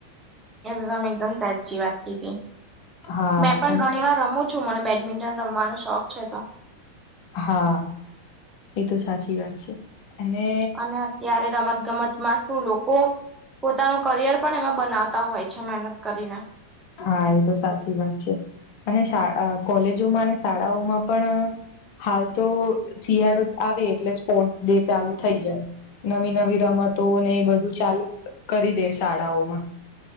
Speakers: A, on the right (about 15°); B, on the left (about 45°).
A: એકદમ એકદમ સાચી વાત કીધી
B: હા
A: મેં પણ
B: અને
A: ઘણી વાર રમું છું મને બેડમિન્ટન રમવાનો શોખ છે તો
B: હા એ તો સાચી વાત છે. અને
A: અને અત્યારે રમત ગમત માં શું લોકો પોતાનું કરિયર પણ એમાં બનાવતા હોય છે મહેનત કરીને
B: હા એ તો સાચી વાત છે અને શા અ કોલેજોમાં અને શાળાઓમાં પણ હાલ તો શિયાળો આવે એટલે સ્પોર્ટ્સ ડે ચાલુ થઈ જાય. નવી નવી રમતો ને એ બધું ચાલુ કરી દે શાળાઓમાં